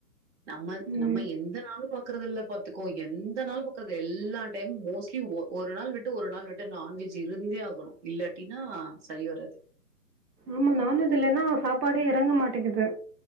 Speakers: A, on the right (about 50°); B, on the right (about 80°).
A: நம்ம
B: ம்.
A: நம்ம எந்தநாளு பாக்குறதில்ல பாத்துக்கோ எந்த நாளு பாக்றது எல்லா டைமு மோஸ்ல்லி ஒரு நாள் விட்டு ஒரு நாள் விட்டு நான்வெஜ் இருந்தே ஆகுனு இல்லாட்டினா சயிவராது
B: ஆம்மா நான்வெஜ்இல்லன்னா சாப்பாடே எறங்க மாட்டேக்கிது